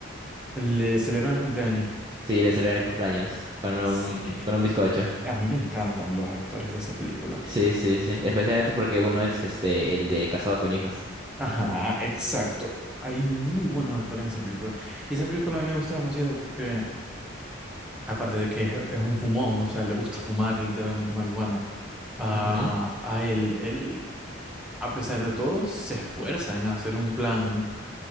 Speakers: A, in the centre; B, on the right.
A: Le celebran el cumpleaños.
B: Sí, le celebran el cumpleaños con un
A: Sí.
B: con un bizcocho.
A: A mí me encantan los actores de esa película.
B: Sí, sí, sí, especialmente porque uno es este el de casado con hijos.
A: Ajá, exacto. Hay muy buenos actores en esa película. Y esa película a mí me gusta demasiado porque, aparte de que es, es un fumón, o sea, le gusta fumar literalmente marihuana, a,
B: Ujú,
A: a él, él, a pesar de todo, se esfuerza en hacer un plan